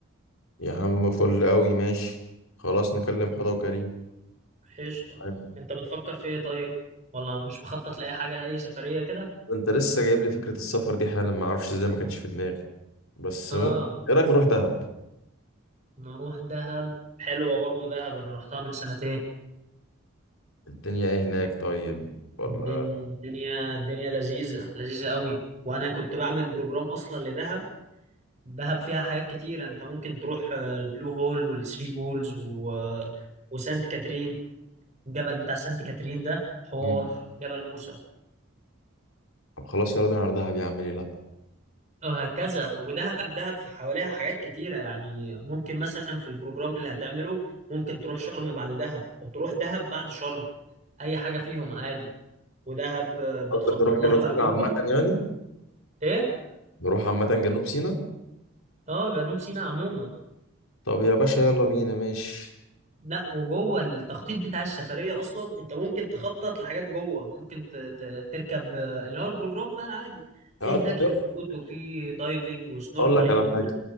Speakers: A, on the left; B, on the right.
A: يا عم فل قوي ماشي خلاص نكلم حضا وكريم
B: قشطة
A: طيب.
B: انت بتفكر في ايه طيب ولا مش مخطط لأي حاجة أي سفرية كده
A: انت لسه جايب لي فكرة السفر دي حالا ما اعرفش ازاي ما كانتش في دماغي بس
B: اه
A: ممكن ايه رأيك نروح دهب
B: نروح دهب حلوة برضو دهب أنا رحتها من سنتين
A: الدنيا ايه هناك طيب ولا
B: الدنيا الدنيا الدنيا لذيذة لذيذة قوي وأنا كنت بعمل بروجرام أصلا لدهب دهب فيها حاجات كتيرة انت ممكن تروح آه، البلو هول والثري بولز و... وسانت كاترين الجبل بتاع سانت كاترين ده حوار
A: مم.
B: جبل موسى
A: طب خلاص يلا بينا على دهب يا عم ليه لا
B: وهكذا ودهب دهب في حواليها حاجات كتيرة يعني ممكن مثلا في البروجرام اللي هتعمله ممكن تروح شرم بعد دهب أو تروح دهب بعد شرم أي حاجة فيهم عادي ودهب آه، بتخطط
A: قصدك نروح جنوب
B: لها بقى
A: سيناء
B: جوه
A: عامة يعني
B: إيه؟
A: نروح عامة جنوب سيناء
B: آه جنوب سيناء عموما
A: طب يا باشا يلا بينا ماشي
B: لا وجوه التخطيط بتاع السفرية أصلا أنت ممكن تخطط لحاجات جوه ممكن ت- ت- تركب آه، اللي هو البروجرام بقى العادي في
A: اه طب
B: هناك
A: يلا
B: يخوت وفي دايفنج وسنوركلينج
A: اقول لك على حاجة